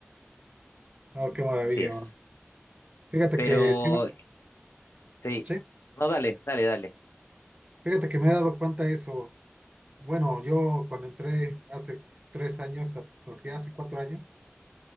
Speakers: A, on the right (about 30°); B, on the left (about 85°).
A: Oh, qué maravilla,
B: Así es.
A: bro. Fíjate
B: Pero,
A: que sí, me-
B: sí,
A: sí,
B: no, dale, dale, dale.
A: fíjate que me he dado cuenta de eso. Bueno, yo cuando entré hace tres años a tecnología, hace cuatro años,